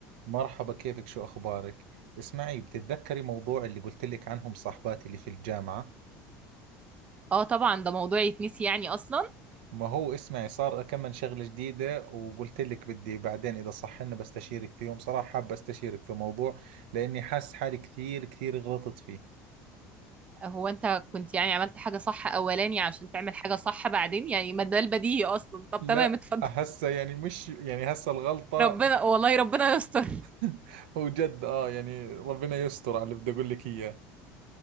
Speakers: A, on the right (about 85°); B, on the right (about 25°).
A: مرحبا كيفك شو أخبارك؟ اسمعي بتتذكري موضوع اللي قلت لك عنهم صاحباتي اللي في الجامعة؟
B: اه طبعا ده موضوع يتنسي يعني اصلا
A: ما هو اسمعي صار أكمل شغلة جديدة وقلت لك بدي بعدين إذا صح لنا بستشيرك فيهم صراحة حاب أستشيرك في موضوع لأني حاسس حالي كثير كثير غلطت فيه
B: هو انت كنت يعني عملت حاجة صح اولاني عشان تعمل حاجة صح بعدين يعني ما ده البديهي اصلا طب
A: لا
B: تمام اتفضل
A: هسه يعني مش يعني هسه الغلطة
B: <laughs> ربنا والله ربنا يستر
A: <laughs> هو جد آه يعني ربنا يستر على اللي بدي أقول لك إياه